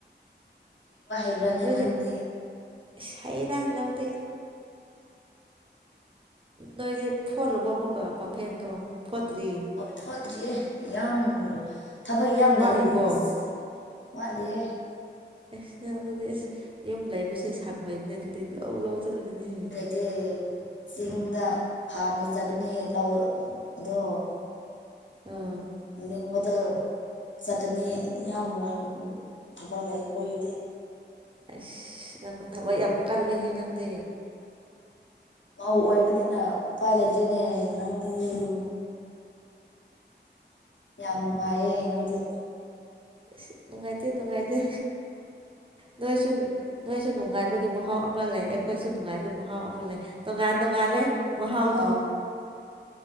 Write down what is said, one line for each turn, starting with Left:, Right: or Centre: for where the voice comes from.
Left: ꯂꯤꯡꯕ ꯍꯩꯕ꯭ꯔꯥꯅꯦ
Right: ꯅꯣꯏꯗꯤ
Left: ꯅꯪꯗꯤ
Right: ꯏꯁ ꯍꯩꯌꯦꯗ ꯂꯧꯗꯤ ꯅꯣꯏꯗꯤ ꯐꯣꯠꯂꯕꯣ ꯑꯃꯨꯛꯀ ꯄꯝꯐꯦꯟꯗꯣ ꯐꯣꯠꯇ꯭ꯔꯤ
Left: ꯊꯣꯠꯇ꯭ꯔꯤꯌꯦ ꯌꯥꯝ ꯊꯕꯛ ꯌꯥꯝ ꯂꯩꯅꯦ
Right: ꯋꯥꯠꯂꯤꯕꯣ
Left: ꯑꯁ ꯋꯥꯠꯂꯤꯌꯦ
Right: ꯑꯦꯁ ꯅꯪ ꯑꯗꯨꯗꯤ ꯑꯁ ꯌꯨꯝ ꯂꯩꯕꯁꯦ ꯁꯪꯉꯣꯏꯅꯦ ꯑꯗꯨꯗꯤ ꯂꯧ ꯂꯧ ꯆꯠꯂꯤꯅꯦꯍꯦ
Left: ꯇꯦ ꯆꯤꯡꯗ ꯐꯥꯔꯝꯗ ꯆꯠꯒꯅꯤ ꯂꯧ ꯑꯗꯣ
Right: ꯎꯝ
Left: ꯂꯤꯡꯕꯗ ꯆꯠꯀꯅꯤ ꯌꯥꯝ ꯋꯥꯏ ꯊꯕꯛ ꯂꯩ ꯑꯩꯈꯣꯏꯗꯤ
Right: ꯑꯁ ꯅꯪ ꯊꯕꯛ ꯌꯥꯝ ꯀꯜꯂꯦꯍꯦ ꯅꯪꯗꯤ
Left: ꯃꯧ ꯑꯣꯏꯕꯅꯤꯅ ꯎꯄꯥꯏ ꯂꯩꯇ꯭ꯔꯤꯅꯦ ꯅꯪꯗꯤ
Right: ꯑꯣ
Left: ꯌꯥꯝ ꯅꯨꯡꯉꯥꯏꯌꯦ ꯅꯣꯏꯗꯤ
Right: ꯏꯁ ꯅꯨꯡꯉꯥꯏꯇꯦ ꯅꯨꯡꯉꯥꯏꯇꯦ ꯅꯣꯏꯁꯨ ꯅꯣꯏꯁꯨ ꯅꯨꯡꯉꯥꯏꯕꯒꯤ ꯃꯍꯥꯎ ꯑꯃ ꯂꯩ ꯑꯩꯈꯣꯏꯁꯨ ꯅꯨꯡꯉꯥꯏ ꯃꯍꯥꯎ ꯑꯃ ꯂꯩ ꯇꯣꯡꯉꯟ ꯇꯣꯡꯉꯟ ꯂꯦ ꯃꯍꯥꯎꯗꯣ
Left: ꯑ